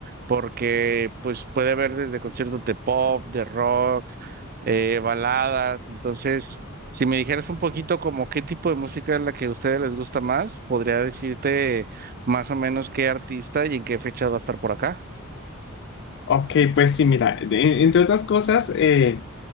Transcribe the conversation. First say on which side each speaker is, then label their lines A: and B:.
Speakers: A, on the right; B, on the left.
A: Porque pues puede haber desde conciertos de pop, de rock, eh, baladas. Entonces, si me dijeras un poquito como qué tipo de música es la que a ustedes les gusta más, podría decirte más o menos qué artista y en qué fecha va a estar por acá.
B: Ok, pues sí, mira, de- entre otras cosas, eh,